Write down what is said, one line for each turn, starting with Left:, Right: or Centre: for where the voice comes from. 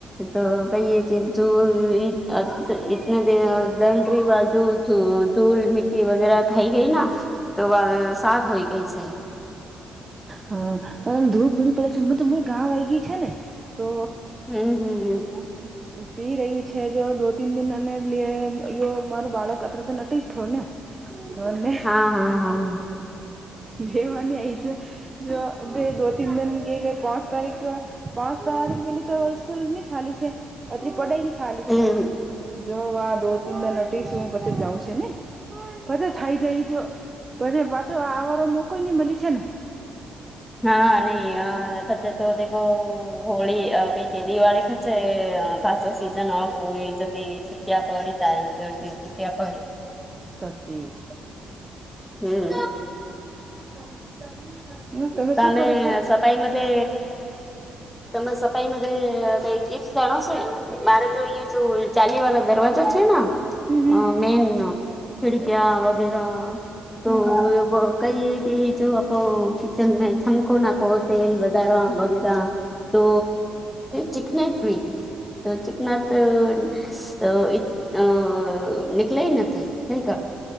Centre: તો કહીએ કે જો એ તો ઈ અ <unintelligible> દ દંડરી વા જો ધૂલ મિ્ટી વગેરા ખાાઈ ગઈ ના તો વા સાફ હોય ગઈ સે.
Right: હા, અ જો ધૂખ ભૂની પડે છે હ તો મ ગાં આવી ગય છે ને તો
Centre: હમ હમ હમ.
Right: પી રહ્યું છે જે દો તિન દિન અને લે લો મારું બાળક અત્ર તો નતી જ થ ને. ધરને
Centre: હા હા હા
Right: લેવાની આઈ જ જો બે દો તીન દિન કેય કે પાંચ તારીખ પાંચ તારીખ પેલી તો સ્કૂલની ચાલી છે અત્રિ પડયની ચાલીસ
Centre: હમ
Right: જો વા દો તી મને ટી શું હું પછી જાઉં છે ને પછ થઇ જાય જો પછી પાછો આ વારો મોકોઈ નઈ મળી છે ને
Centre: હા નહી હાં પછ ત તે કૌ હોળી અ પેં કે દિવાળી ખચ પાછો સીઝન ઓફ હોય જતી છૂટિયા પડી જાય <inaudible> <unintelligible>
Right: સાચી
Centre: હમ
Right: <inaudible>
Centre: તમે
Right: કરો છો?
Centre: સફાઈ મતે તમે સફાઈ મતે કઈ કેફ જાણો છે મારે તો જો ચાલી વાળા દરવાજા છે ને
Right: હમ હમ
Centre: અ મેન ખિડક્યા વગેરા તોબ
Right: હમ હમ હમ.
Centre: કહીયે કે જો આપડો <unintelligible> છમકો ના કહો તેલ વધારા વગેરા તો ચિકને <unintelligible> ચિકના તો તો અ નીકલેય નથી હું કર